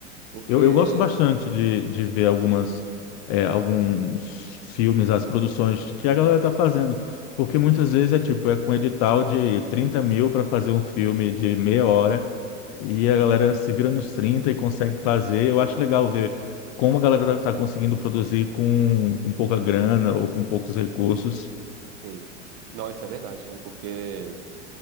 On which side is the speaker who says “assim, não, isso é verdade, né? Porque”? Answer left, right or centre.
Right